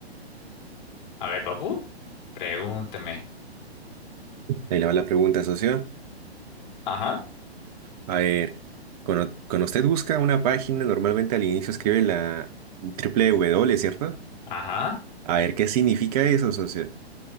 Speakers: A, on the left; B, on the right.
A: A ver, papu, pregúntame.
B: Ahí le va la pregunta, socio.
A: Ajá,
B: A ver, cuando, cuando usted busca una página, normalmente al inicio escribe la triple W, ¿cierto?
A: ajá.
B: A ver, ¿qué significa eso, socio?